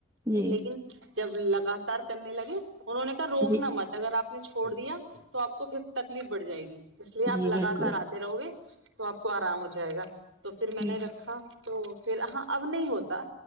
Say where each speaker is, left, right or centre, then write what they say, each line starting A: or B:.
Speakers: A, on the right; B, on the right.
A: جی
B: لیکن جب لگاتار کرنے لگے انہوں نے کہ روکنا
A: جی
B: مت اگر آپ آپ نے چھوڑ دیا تو آپ کو پھر تکلیف بڑھ جائے گی اس لیے آپ
A: جی
B: لگاتار
A: بالکل
B: آتے رہو گے تو آپ کو آرام ہو جائے گا تو پھر میں نے
A: جی
B: رکھا تو پھر ہاں اب نہیں ہوتا